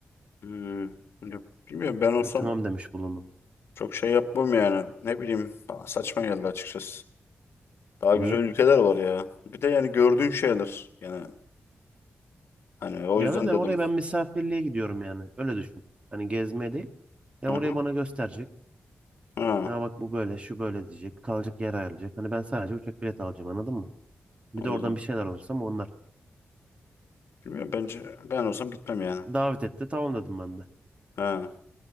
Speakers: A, on the left; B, on the right.
A: Hı. Ya, Bilmiyorum ben
B: Ben
A: olsam
B: tamam demiş bulundum.
A: Çok şey yapmam yani. Ne bileyim bana saçma geldi açıkçası. Daha
B: Niye?
A: güzel ülkeler var ya. Bir de yani gördüğün şeyler. Yani hani o
B: Ya
A: yüzden
B: öyle de
A: dedim.
B: oraya ben misafirliğe gidiyorum yani. Öyle düşün. Hani gezmeye değil. Yani
A: Hı
B: oraya
A: hı.
B: bana gösterecek.
A: Ha,
B: Ya bak bu böyle, şu böyle diyecek. Kalacak yer ayarlayacak. Hani ben sadece uçak bileti alacağım anladın mı? Bir
A: anladım.
B: de oradan bir şeyler olursa ama onlar.
A: Bilmiyorum bence ben olsam gitmem yani.
B: Davet etti tamam dedim ben de.
A: Ha.